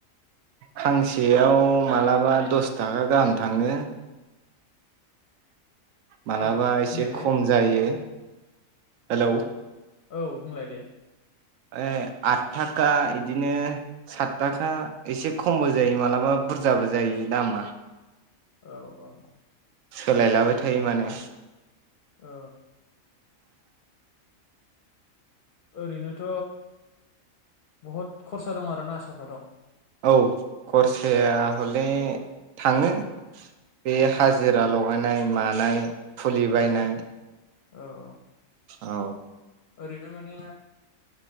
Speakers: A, on the right (about 75°); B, on the left (about 50°).
A: फांसेयाव मालाबा दस थाखा गाहाम थाङो। माबलाबा
B: औ
A: एसे
B: खोनायाखै
A: खम जायो हेलौ।
B: औ बुंलाय दे।
A: ऐ आथ थाखा इदिनो सात थाखा एसे खमबो जायो मालाबा बुरजाबो जायो दामा।
B: औ -औ।
A: सोलायलाबाय थायो माने।
B: औ ओरैनोथ' बहुद खरसा दं आरोना सापादाव।
A: औ खरसाया हले थाङो। बे
B: ओ
A: हाजिरा लगायनाय मानाय फुलि बायनाय।
B: औ औ औ -औ।
A: औ
B: ओरैनो माने